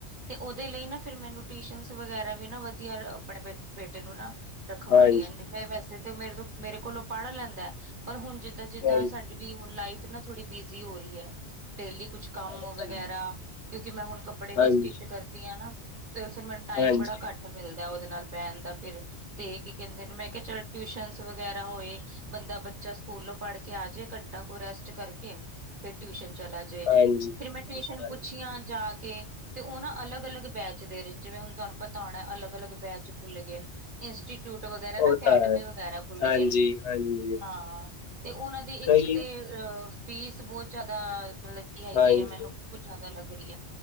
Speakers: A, on the right; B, on the left.
A: ਤੇ ਓਹਦੇ ਲਈ ਨਾ ਫਿਰ ਮੈਨੂੰ ਟਿਸ਼ਨਸ ਵਗੈਰਾ ਵੀ ਨਾ ਵਧੀਆ, ਅਪਣੇ ਬੇ ਬੇਟੇ ਨੂੰ ਨਾ ਰਖਵਾਣੀ
B: ਹਾਂਜੀ,
A: ਹੈ ਨੀ, ਮੈਂ ਵੈਸੇ ਤੇ ਮੇਰੇ ਤੋਂ ਮੇਰੇ ਕੋਲੋਂ ਪਾੜ ਲੈਂਦਾ ਏ, ਪਰ ਹੁਣ ਜਿੱਦਾਂ-ਜਿੱਦਾਂ
B: ਹਾਂਜੀ
A: ਸਾਡ ਡੀ ਵੀ ਹੁਣ ਲਾਈਫ ਚ ਨਾ ਥੋੜੀ ਬਿਜ਼ੀ ਹੋ ਰਹੀ ਹੈ, ਡੇਲੀ ਕੁਛ ਕਾਮ
B: ਉਹ
A: ਵਗੈਰਾ
B: ਤਾਂ ਹੈ
A: ਕਿਉਂਕਿ ਮੈਂ ਹੁਣ ਕੱਪੜੇ ਵੀ
B: ਹਾਂਜੀ,
A: ਸਟਿਚ ਕਰਦੀ ਆ ਨਾ, ਤੇ ਫਿਰ ਮੈਨੂੰ ਟਾਈਮ
B: ਹਾਂਜੀ,
A: ਬੜਾ ਕਾ ਟ ਮਿਲਦਾ ਏ ਓਹਦੇ ਨਾਲ ਬੇਹਣ ਦਾ ਫਿਰ, ਤੇ ਕੀ ਕੇਂਦੇ ਨੇ ਮੈਂ ਕੇਆ ਚਲ ਟਿਊਸ਼ਨਸ ਵਗੈਰਾ ਹੋਏ ਬੰਦਾ ਬੱਚਾ ਸਕੂਲੋਂ ਪਾੜ੍ਹ ਕੇ ਆ ਜੇ, ਘੰਟਾ ਕੋ ਰੈਸਟ ਕਰਕੇ ਫੇਰ ਟਿਊਸ਼ਨ ਚਲਾ ਜੇ,
B: ਹਾਂਜੀ
A: ਫਿਰ ਮੈਂ
B: ਸਹੀ
A: ਟਿਊਸ਼ਨ
B: ਗੱਲ
A: ਪੁੱਛੀਆਂ ਜਾ ਕੇ ਤੇ ਉਹ ਨਾ ਅਲੱਗ-ਅਲੱਗ ਬੈਚ ਦੇ ਰਹੇ ਨੇ, ਜਿਵੇਂ ਹੁਣ ਤੁਹਾਨੂੰ ਪਤਾ ਹੋਣਾ ਅਲੱਗ-ਅਲੱਗ ਬੈਚ ਖੁੱਲ ਗਏ ਨੇ। ਇੰਸਟੀਟਿਊਟ ਵਗੈਰਾ ਨਾ
B: ਉਹ
A: ਅਕੈਡਮੀ
B: ਤਾਂ ਹੈ
A: ਵਗੈਰਾ ਖੁੱਲ
B: ਹਾਂਜੀ,
A: ਗਏ ਨੇ,
B: ਹਾਂਜੀ
A: ਹਾਂ ਤੇ ਉਹਨਾਂ ਦੀ
B: ਕਈ
A: ਇੱਕ ਤੇ ਤੇ ਅਹ ਫੀਸ ਬੋਹਤ ਜਾਦਾ ਮਤਲਬ ਕੀ ਹੈਗੀ
B: ਹਾਂਜੀ
A: ਏ, ਮੈਨੂੰ ਬੋਹਤ ਜਾਦਾ ਲੱਗ ਰਹੀ ਏ।